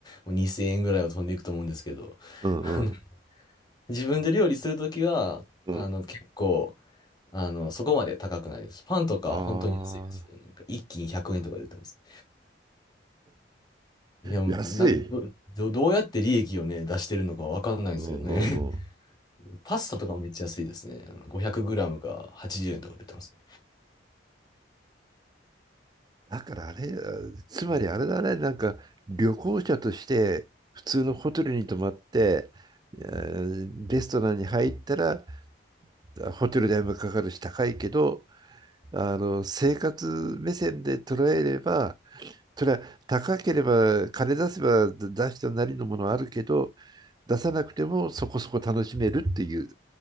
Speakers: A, on the left (about 20°); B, on the right (about 20°).
A: もう2000円ぐらいは飛んでいくと思うんですけど、
B: うんうん
A: あの自分で料理するときは、
B: うん。
A: あの、結構、あの、そこまで高くないです。パンとか本当に安いですよ。
B: ああ、
A: なんか一斤100円とかで売ってます。いや、もう、
B: 安い。
A: なん、ど、どどうやって利益をね、出してるのかわかんないんですけどね。
B: うんうんうん。
A: <laughs> パスタとかもめっちゃ安いですね。あの 500g か80円とかで売ってます。
B: だからあれ、つまりあれだね、なんか旅行者として普通のホテルに泊まって、えーレストランに入ったらホテル代もかかるし高いけど、あの生活目線で捉えれば、それは高ければ金出せば出したなりのものはあるけど、出さなくてもそこそこ楽しめるっていう、